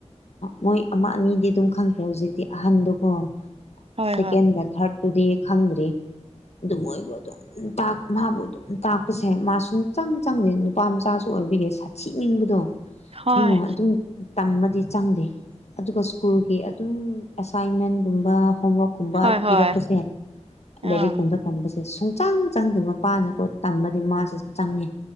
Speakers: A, on the left (about 70°); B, on the right (about 60°).
A: ꯃꯣꯏ ꯑꯃ ꯑꯅꯤꯗꯤ ꯑꯗꯨꯝ ꯈꯪꯈ꯭ꯔꯦ ꯍꯧꯖꯤꯛꯇꯤ ꯑꯍꯟꯗꯨꯒꯣ
B: ꯍꯣꯏ
A: ꯁꯦꯀꯦꯟꯒ
B: ꯍꯣꯏ
A: ꯊꯥꯔꯠ ꯑꯗꯨꯨꯗꯤ ꯈꯪꯗ꯭ꯔꯤ ꯑꯗꯨ ꯃꯣꯏꯕꯨ ꯑꯗꯨꯝ ꯃꯥꯕꯨ ꯑꯗꯨꯝ ꯇꯥꯛꯄꯁꯦ ꯃꯥ ꯁꯨꯡ ꯍꯛꯆꯪ ꯆꯪꯗꯦ ꯅꯨꯄꯥ ꯃꯆꯥꯁꯨ ꯑꯣꯏꯕꯤꯔꯦ ꯁꯥꯊꯅꯤꯡꯕꯗꯣ
B: ꯍꯣꯏ
A: ꯑꯩꯅ ꯑꯗꯨꯝ ꯇꯝꯃꯗꯤ ꯆꯪꯗꯦ ꯑꯗꯨꯒ ꯁ꯭ꯀꯨꯜꯒꯤ ꯑꯗꯨꯝ ꯑꯦꯁꯥꯏꯟꯃꯦꯟꯒꯨꯝꯕ ꯍꯣꯝꯋꯔꯛꯀꯨꯝꯕ
B: ꯍꯣꯏ
A: ꯄꯤꯔꯛꯄꯁꯦ
B: ꯍꯣꯏ
A: ꯂꯥꯏꯔꯤꯛꯀꯨꯝꯕ
B: ꯑꯥ
A: ꯇꯝꯕꯁꯦ ꯁꯨꯡꯆꯥꯡ ꯆꯪꯗꯦ ꯃꯄꯥꯅꯀꯣ ꯇꯝꯃꯗꯤ ꯃꯥꯁꯦ ꯆꯪꯉꯦ